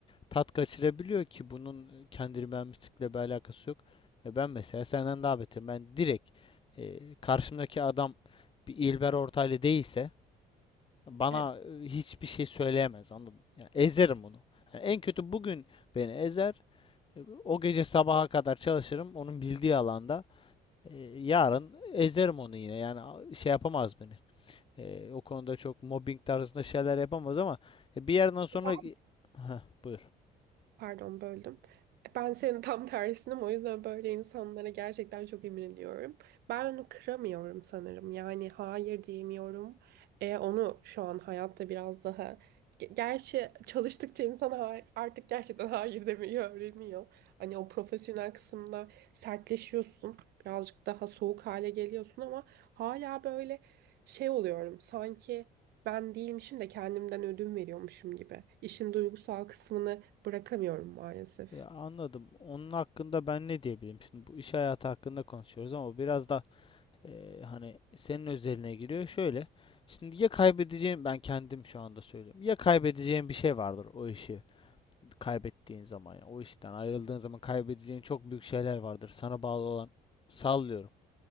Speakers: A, on the left (about 30°); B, on the right (about 70°).
A: tat kaçırabiliyor ki bunun kendini mühendislikle bir alakası yok. E, ben mesela senden daha beterim. Ben direkt e, karşımdaki adam bir İlber Ortaylı değilse Bana
B: Evet.
A: e, hiçbir şey söyleyemez anladın mı? Yani ezerim onu. Yani en kötü bugün beni ezer. e, O gece sabaha kadar çalışırım onun bildiği alanda. E, yarın ezerim onu yine. Yani şey yapamaz beni. E, o konuda çok mobbing tarzında şeyler yapamaz ama e, bir yerden sonra
B: <laughs>
A: e, Heh, buyur.
B: Pardon böldüm. Ben senin tam tersinim o yüzden böyle insanlara gerçekten çok imreniyorum. Ben onu kıramıyorum sanırım. Yani hayır diyemiyorum. E, onu şu an hayatta biraz daha... Ge- Gerçi çalıştıkça insan ha- artık gerçekten <laughs> hayır demeyi öğreniyor. Hani o profesyonel kısımda sertleşiyorsun. Birazcık daha soğuk hale geliyorsun ama hala böyle şey oluyorum. Sanki ben değilmişim de kendimden ödün veriyormuşum gibi. İşin duygusal kısmını bırakamıyorum maalesef.
A: Ya anladım. Onun hakkında ben ne diyebilirim? Şimdi bu iş hayatı hakkında konuşuyoruz ama biraz da Ee, hani senin özeline giriyor. Şöyle. Şimdi ya kaybedeceğim ben kendim şu anda söylüyorum. Ya kaybedeceğin bir şey vardır o işi kaybettiğin zaman. yani o işten ayrıldığın zaman kaybedeceğin çok büyük şeyler vardır. Sana bağlı olan sallıyorum.